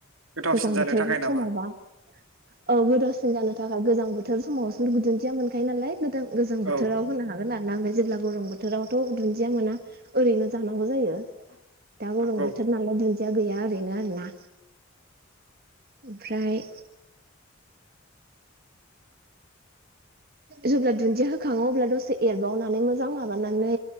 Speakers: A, on the right; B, on the right.
A: गोथावसिन
B: गोजां
A: जानो
B: बोथोर
A: थाखाय नामा
B: समावबा औ गोथावसिन जानो थाखाय गोजां बोथोर <unintelligible> दुन्दिया मोनखायो नालाय <unintelligible> गोजां बोथोराव
A: औ
B: होनो हागोन आरो ना जेब्ला गरम बोथोरावथ' दुन्दिया मोना ओरैनो जानांगौ जायो दा गरम
A: नंगौ
B: बोथोर नालाय दुन्दि दा गैया आरो आरोना <inaudible> ओमफ्राय जेब्ला दुन्दिया होखाङो अब्ला दसे एरबावनानै मोजां माबानानै